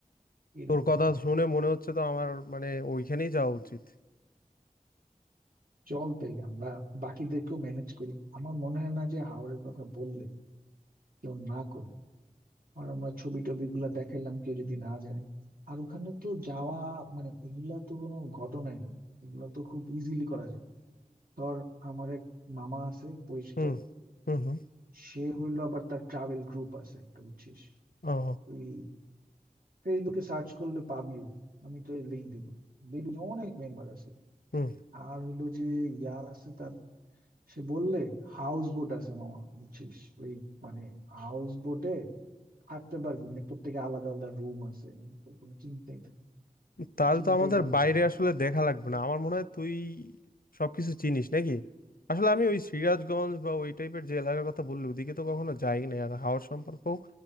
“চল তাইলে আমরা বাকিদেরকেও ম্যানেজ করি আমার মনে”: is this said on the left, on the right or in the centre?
Right